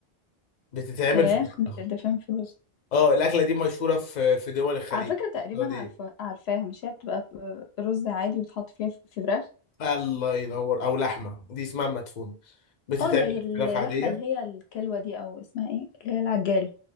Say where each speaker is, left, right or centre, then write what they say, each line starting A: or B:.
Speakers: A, on the left; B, on the left.
A: بتتعمل
B: فراخ
A: في الفراخ.
B: بتدفن في رز
A: اه الاكله دي مشهوره في في دول الخليج
B: على فكرة تقريبا
A: السعوديه
B: عارفة عارفاها مش هي بتبقى في- رز عادي وتحط فيها ف- في فراخ
A: الله ينور او لحمه دي اسمها مدفونه بتتعمل
B: اه زي
A: في
B: اللحمة
A: فراخ عاديه
B: اللي هي الكلوة دي او اسمها ايه اللي هي العجال